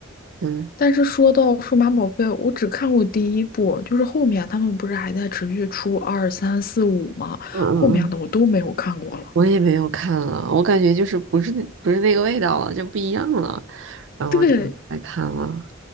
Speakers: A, on the right (about 65°); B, on the left (about 45°).
A: 嗯
B: 但是说到数码宝贝，我只看过第一部，就是后面他们不是还在持续出二三四五吗？
A: 嗯嗯嗯，
B: 后面的我都没有看过了。
A: 我也没有看了，我感觉就是不是不是那个味道了，就不一样了，然后我就不来看了。
B: 对，